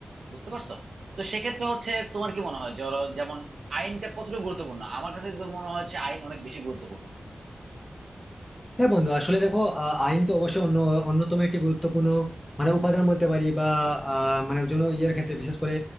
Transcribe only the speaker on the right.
বুঝতে পারছো তো সেক্ষেত্রে হচ্ছে তোমার কি মনে হয় জর- যেমন আইনটা কতটা গুরুত্বপূর্ণ আমার কাছে তো মনে হচ্ছে আইন অনেক বেশি গুরুত্বপূর্ণ